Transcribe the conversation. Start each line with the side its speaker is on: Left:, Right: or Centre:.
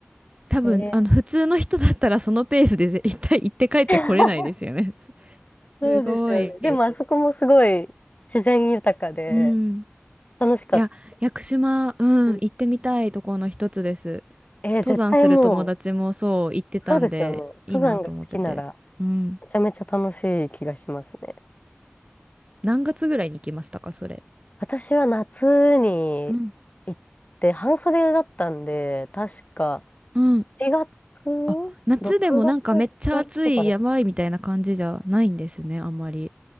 Right: 多分、
Left: えー
Right: あの、普通の人だったらそのペースで絶対行って帰ってこれないですよね。
Left: <laughs>
Right: す
Left: そうですよね。
Right: ごい。
Left: でもあそこもすごい自然豊かで
Right: うん。
Left: 楽しかった。
Right: いや、屋久島、うん、
Left: うん
Right: 行ってみたいところの一つです。
Left: えー絶対も
Right: 登山する友達もそう言ってたんで、
Left: う、そうですよね。
Right: いいなと思ってて。
Left: 登山が好きなら
Right: うん。
Left: めちゃめちゃ楽しい気がしますね。
Right: 何月ぐらいに行きましたか、それ。
Left: 私は夏に行って半袖だったんで、
Right: うん。
Left: 確か
Right: うん。
Left: 4月、
Right: あ、夏でもなんかめっちゃ暑い、
Left: 6月、7月とかですか。
Right: やばいみたいな感じじゃないんですね、あんまり。